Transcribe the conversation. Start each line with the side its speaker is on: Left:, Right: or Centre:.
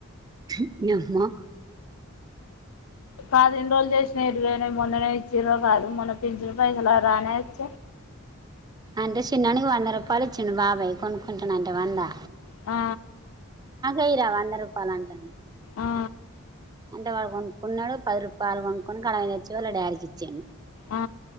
Right: చి <unintelligible> అమ్మా
Left: పదిహేను రోజులు చేసినా ఎరువనా మొన్ననే ఇచ్చ్ర కాదు మొన్న పిించిన పైసలు రానే వచ్చ
Right: అంటే చిన్ననికి వంద రూపాయలు ఇచ్చిండు బాబాయ్ కొనుకుంటాను అంటే వందా
Left: ఆ
Right: ఇయ్యి రా వంద రూపాయలు అంటాంది
Left: ఆ
Right: అంటే వాడు కొనుక్కున్నాడు పది రూపాయలు కొనుక్కకుని <unintelligible> తెచ్చి వాళ్ళ డాడీ కి ఇచ్చాను
Left: ఆ